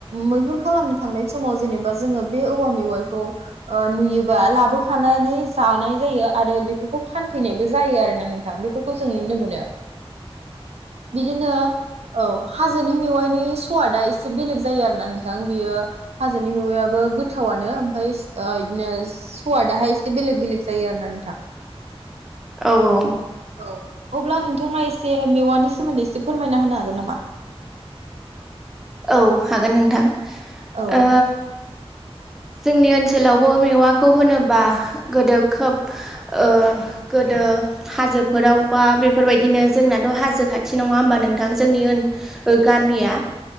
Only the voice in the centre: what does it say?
औ औ।
औ हागोन नोंथां।
ओ
जोंनि ओनसोलावबो मेवाखौ होनोबा गोदो खोब ओ गोदो हाजोफोराव बा बेफोरबायदिनो जोंनाथ' हाजो खाथि नङा होमबा नोंथां जोंनि ओन ओ गामिया